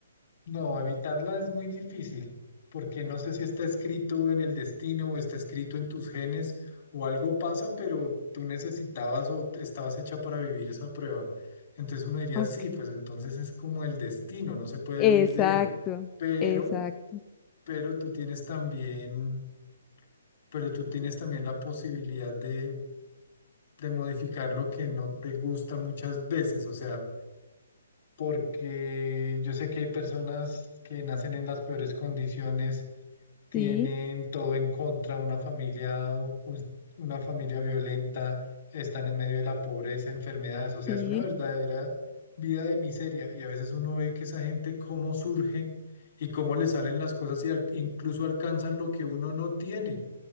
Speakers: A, on the left; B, on the left.
A: No, evitarla es muy difícil, porque no sé si está escrito en el destino o está escrito en tus genes o algo pasa, pero tú necesitabas o te- estabas hecha para vivir esa prueba. Entonces uno diría,
B: Ok.
A: sí, pues entonces es como el destino, no se puede
B: Exacto,
A: huir de él. Pero,
B: exacto.
A: pero tú tienes también, pero tú tienes también la posibilidad de, de modificar lo que no te gusta muchas veces, o sea, porque yo sé que hay personas que nacen en las peores condiciones tienen
B: Sí,
A: todo en contra, una familia, opul- una familia violenta, están en medio de la pobreza, enfermedades, o sea,
B: sí,
A: es una verdadera vida de miseria y a veces uno ve que esa gente cómo surge y cómo le salen las cosas y al- incluso alcanzan lo que uno no tiene